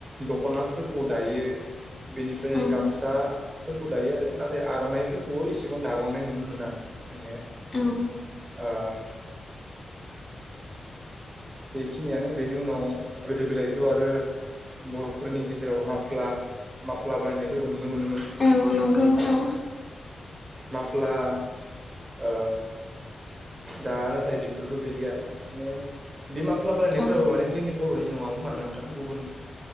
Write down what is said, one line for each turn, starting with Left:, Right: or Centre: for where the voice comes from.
Right: दख'नाफोरखौ दायो। बेनिफ्राय
Left: औ
Right: गामसाफोरखौ दायो आरो नाथाय आर'नाइफोरखौबो एसेबां दाबांनाय नुनो मोना। मे
Left: औ
Right: ओ बेखिनियानो बेनि उनाव गोदो गोदायथ' आरो बर'फोरनि गेजेराव माफ्ला माफ्ला बानायनायफोरबो नुनो मोनोमोन।
Left: औ नंगौ औ
Right: माफ्ला ओ दा नाथाय बेफोरबो गैलिया माने बे माफ्ला बानायनायफोराबो
Left: औ
Right: माने जोंनि बर'नि नङामोन खोमा ना नोंथां गुबुन